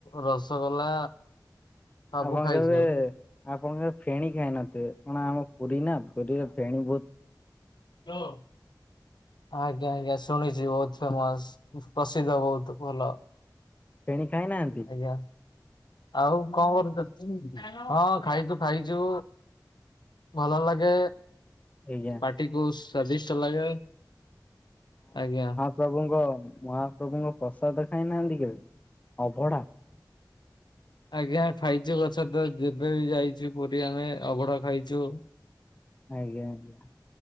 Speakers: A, on the left; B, on the left.
A: ରସଗୋଲା ସବୁ
B: ଆପଣ
A: ଖାଇଛି
B: କେବେ
A: ଆଉ।
B: ଆପଣ କେବେ ଫେଣୀ ଖାଇନଥିବେ କଣ ଆମ ପୁରୀ ନା ପୁରୀରେ ଫେଣି ବୋହୁତ
A: ହାଲୋ। ଆଜ୍ଞା ଆଜ୍ଞା ଶୁଣିଚି ବୋହୁତ ଫେମସ୍ ପ୍ରସିଦ୍ଧ ବୋହୁତ୍ ଭଲ।
B: ଫେଣି ଖାଇନାହାନ୍ତି?
A: ଆଜ୍ଞା ଆଉ ଙ୍କ କରୁଚନ୍ତି ହଁ ଖାଇଚୁ ଖାଇଚୁ। ଭଲ ଲାଗେ
B: ଆଜ୍ଞା
A: ପାଟି କୁ ସ୍ଵାଦିଷ୍ଟ ଲାଗେ। ଆଜ୍ଞା।
B: ପ୍ରଭୁଙ୍କ ମହାପ୍ରଭୁଙ୍କ ପ୍ରସାଦ ଖାଇନାହାନ୍ତି କେବେ ଅଭଢା।
A: ଆଜ୍ଞା ଖାଇଚୁ ଗଛ ତ ଯେବେ ବି ଯାଇଚୁ ପୁରୀ ଆମେ ଅବଢା ଖାଇଚୁ।
B: ଆଜ୍ଞା ଆଜ୍ଞା।